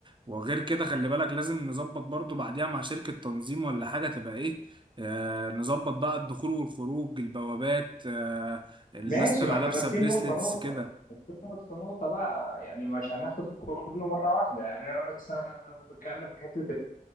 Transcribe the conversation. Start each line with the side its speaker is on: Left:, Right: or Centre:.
Right: وغير كده خلي بالك لازم نظبط برضو بعديها مع شركه تنظيم ولا حاجه تبقى ايه آه، نظبط بقى الدخول والخروج البوابات آه، الناس
Left: ماشي
Right: تبقى
Left: ما احنا
Right: لابسة
Left: ماسكين
Right: بريسلتس
Left: نقطه نقطه
Right: كده
Left: نقطه نقطه بقى يعني مش هناخد كله مره واحده يعني انا مثلا بتكلم في حته